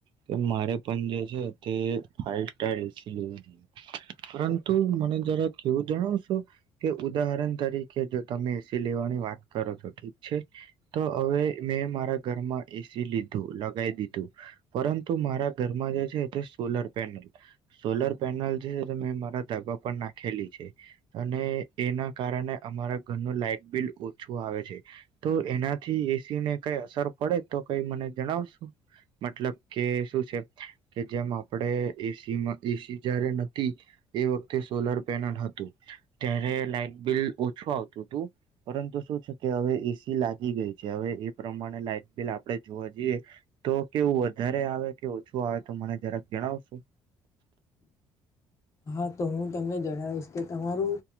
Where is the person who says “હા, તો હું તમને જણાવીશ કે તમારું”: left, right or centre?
Left